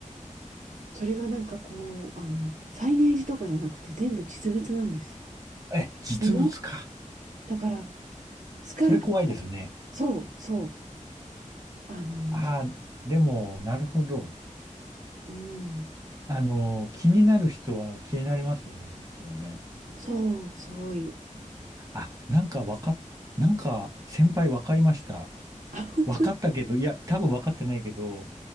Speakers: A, on the right (about 75°); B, on the right (about 25°).
A: それがなんかこう、あの、サイネージとかじゃなくて全部実物なんです。
B: え、実物か。
A: ものだから、スカルプチャー、
B: それ怖いですね。
A: そう、そう、あの、
B: ああ、でも、なるほど。
A: うん、
B: あのー気になる人は気になりますよね、そっちはね。
A: そう、すごい。
B: あ、なんかわかっ、なんか先輩わかりました。
A: あ、本当に。
B: わかったけど、いや、多分わかってないけど、